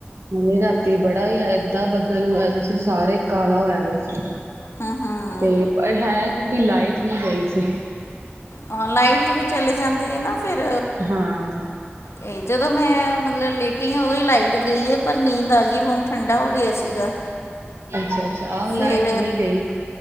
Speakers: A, on the right (about 75°); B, on the left (about 85°).
A: ਮੀਂ, ਰਾਤੀ ਬੜਾ ਹੀ ਆਯਾ। ਏਦਾਂ, ਬੱਦਲ ਹੋਇਆ। ਅਸੀ ਸਾਰੇ, ਕਾਲਾ ਹੋਇਆ ਪਿਆ ਸੀ।
B: ਹੂੰ ਹੂੰ
A: ਤੇ। ਪਰ ਹੈ ਕੀ, ਲਾਈਟ ਨੀ, ਗਈ ਸੀ।
B: ਹਾਂ। ਲਾਈਟ ਵੀ, ਚਲੀ ਜਾਂਦੀ ਹੈ, ਨਾ। ਫੇਰ,
A: ਹਾਂ।
B: ਇਹ ਜਦੋਂ ਮੈਂ, ਸਤ- ਮੈਂ ਲੇਟੀ ਆ, ਉਦੋਂ ਹੀ, ਲਾਈਟ ਗਈ ਹੈ। ਪਰ ਨੀਂਦ ਆ ਗਈ। ਰੂਮ ਠੰਡਾ ਹੋ ਗਿਆ ਸੀਗਾ।
A: ਅੱਛਾ- ਅੱਛਾ, ਆਹ ਲਾਈਟ
B: ਫਿਰ
A: ਨੀ ਗਈ।